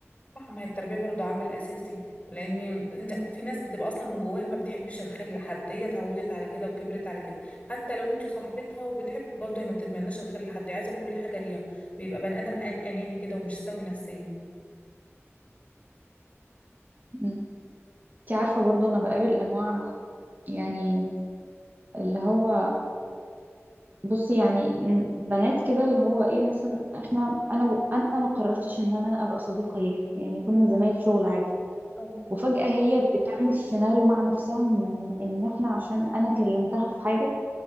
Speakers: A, on the left; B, on the right.
A: صح ما هي التربية برضه عامل أساسي لأن أنت في ناس بتبقى أصلا من جواها ما بتحبش الخير لحد هي اتعودت على كده وكبرت على كده حتى لو أنت صاحبتها وبتحبك برضه هي ما بتتمناش الخير لحد عايزة كل حاجة ليها بيبقى بني آدم أن- أناني كده ومش سوي نفسيا
B: مم. انت عارفة برضو انا بقابل انواع يعني اللي هو بصي يعني م- بنات كده اللي هو ايه مثلا احنا انا و- انا ما قررتش ان انا ابقى صديقة ليها يعني كنا زمايل شغل عادي
A: أو.
B: وفجأة هي بتعمل سيناريو مع نفسها ان ان احنا عشان انا كلمتها في حاجة